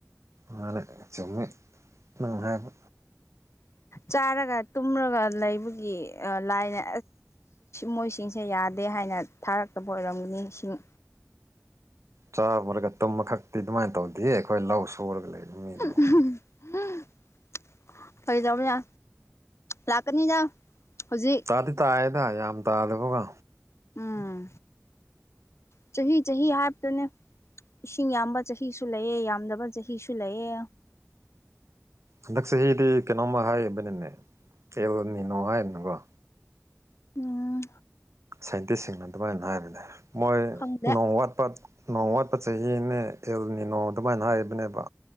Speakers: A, on the right (about 70°); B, on the left (about 60°).
A: ꯃꯥꯅꯦ ꯆꯨꯝꯃꯦ ꯪꯉꯉꯥꯏꯕ
B: ꯆꯥꯔꯒ ꯇꯨꯝꯔꯒ ꯂꯩꯕꯒꯤ ꯂꯥꯏꯅꯦ ꯃꯣꯏꯁꯤꯡꯁꯦ ꯌꯥꯗꯦ ꯍꯥꯏꯅ ꯑꯩꯅ ꯊꯥꯔꯛꯇꯕ ꯑꯣꯏꯔꯝꯒꯅꯤ ꯏꯁꯤꯡ
A: ꯆꯥꯃꯨꯔꯒ ꯇꯨꯝꯃ ꯈꯛꯇꯤ ꯑꯗꯨꯃꯥꯏꯅ ꯇꯧꯗꯦ ꯑꯩꯈꯣꯏ ꯂꯧ ꯁꯨꯔꯒ ꯂꯩꯕ ꯃꯤꯗꯨꯕꯨ
B: <unintelligible> ꯐꯗꯎꯕ ꯌꯥ ꯂꯥꯛꯀꯅꯤꯗ ꯍꯧꯖꯤꯛ
A: ꯇꯥꯗꯤ ꯇꯥꯏꯌꯦꯗ ꯌꯥꯝ ꯇꯥꯗꯕꯀ
B: ꯎꯝ ꯆꯍꯤꯍꯤ ꯆꯍꯤ ꯍꯥꯇꯅꯦ ꯏꯁꯤꯡ ꯌꯥꯝꯕ ꯆꯍꯤꯁꯨ ꯂꯩꯌꯦ ꯌꯥꯝꯗꯕ ꯆꯍꯤꯁꯨ ꯂꯩꯌꯦ
A: ꯍꯟꯗꯛ ꯆꯍꯤꯗꯤ ꯀꯩꯅꯣꯝꯃ ꯍꯥꯏꯕꯅꯤꯅꯦ ꯀꯩꯗꯧꯔꯝꯃꯤꯅꯣ ꯍꯥꯏꯅꯀꯣ
B: ꯎꯝ
A: ꯁꯥꯏꯟꯇꯤꯁꯁꯤꯡꯅ ꯑꯗꯨꯃꯥꯏꯅ ꯍꯥꯏꯕꯅꯦ ꯃꯣꯏ
B: ꯈꯪꯗꯦ
A: ꯅꯣꯡ ꯋꯥꯠꯄ ꯅꯣꯡ ꯋꯥꯠꯄ ꯆꯍꯤꯅꯦ ꯑꯦꯜꯅꯤ ꯅꯣꯡ ꯑꯗꯨꯃꯥꯏꯅ ꯍꯥꯏꯕꯅꯦꯕ